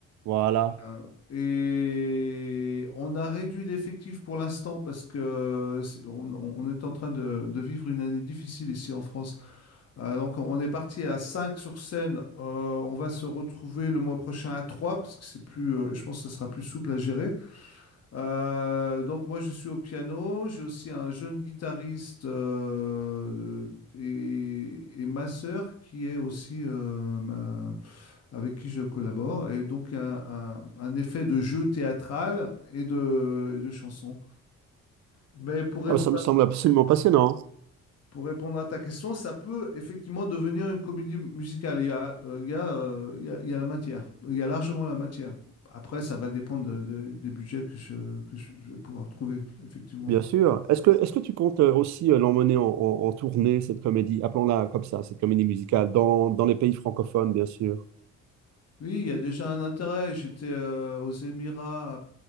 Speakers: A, on the right; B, on the left.
A: Voilà.
B: Euh, Et on a réduit l'effectif pour l'instant parce que c'est- on, on est en train de, de vivre une année difficile ici en France. Euh, donc on est parti à 5 sur scène. Euh, on va se retrouver le mois prochain à 3 parce que c'est plus, euh, je pense que ça sera plus souple à gérer. Euh, donc moi je suis au piano, j'ai aussi un jeune guitariste euh, de- et, et ma sœur qui est aussi euh, ma- avec qui je collabore. Et donc il y a un, un- un effet de jeu théâtral et de, et de chanson. Mais pour répondre
A: Ah, ça me
B: à,
A: semble absolument passionnant.
B: pour répondre à ta question, ça peut effectivement devenir une comédie musicale. Il y a, euh, il y a, euh, il y a- il y a la matière, il y a largement la matière. Après, ça va dépendre de- de- des budgets que je, que je je vais pouvoir trouver, effectivement.
A: Bien sûr. Est-ce que, est-ce que tu comptes euh, aussi euh, l'emmener en, en- en tournée, cette comédie, appelons-la comme ça, cette comédie musicale, dans, dans les pays francophones, bien sûr.
B: Oui, il y a déjà un intérêt. J'étais euh, aux Émirats